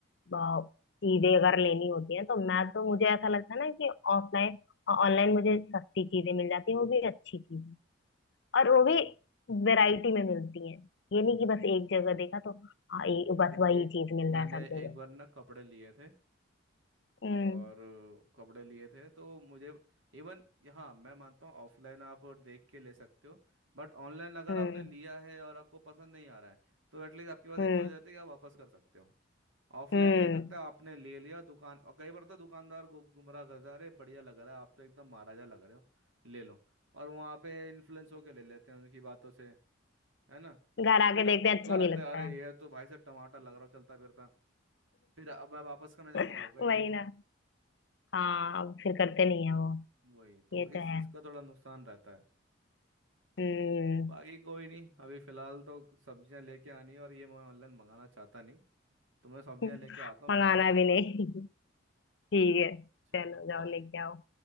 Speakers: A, on the left (about 60°); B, on the right (about 75°).
A: अ, चीजें अगर लेनी होती हैं तो मैं तो मुझे ऐसा लगता है ना कि ऑफलाइन ऑनलाइन मुझे सस्ती चीजें मिल जाती हैं वो भी अच्छी चीजें और वो
B: हम्म
A: भी वैरायटी में मिलती हैं ये नहीं कि बस एक जगह देखा तो हाँ
B: हम्म
A: ये बस
B: क्योंकि
A: वही चीज मिल
B: मैंने
A: रहा है सब
B: एक
A: जगह
B: बार ना कपड़े लिए थे
A: हम्म
B: और कपड़े लिए थे तो मुझे इवन हाँ मैं मानता हूँ ऑफलाइन आप और देख के ले सकते हो बट ऑनलाइन अगर
A: हम्म
B: आपने लिया है और आपको पसंद नहीं आ रहा है तो एटलीस्ट आपके पास
A: हम्म
B: ये चीज़ हो जाती है कि आप वापस कर सकते हो ऑफलाइन
A: हम्म
B: मिल सकता है आपने ले लिया दुकान और कई बार तो दुकानदार गु- गुमराह करता है अरे बढ़िया लग रहा है आप तो एकदम महाराजा लग रहे हो ले लो और वहाँ पे इन्फ्लुएंस होके ले लेते हैं उनकी बातों से है ना
A: घर आके
B: फिर
A: देखते हैं
B: घर
A: अच्छा नहीं
B: आते
A: लगता
B: हैं, अरे
A: है
B: ये तो भाई साहब टमाटर लग रहा हो चलता फिरता फिर अब मैं वापस करना चाहता
A: <laughs>
B: हूँ होगा ही
A: वही
B: नहीं वो
A: ना हाँ अब फिर करते नहीं है वो
B: वही तो
A: ये तो
B: इस चीज
A: है
B: का थोड़ा नुकसान रहता है
A: हम्म
B: बाकी कोई नहीं अभी फिलहाल तो सब्जियां लेके आनी है और ये मैं ऑनलाइन मंगाना चाहता नहीं तो मैं सब्जियां
A: <laughs>
B: लेके आता हूँ
A: मंगाना
B: फिर करते
A: भी
B: हैं बात
A: नहीं ठीक है
B: <laughs> चलो
A: चलो जाओ
B: बाय
A: लेके आओ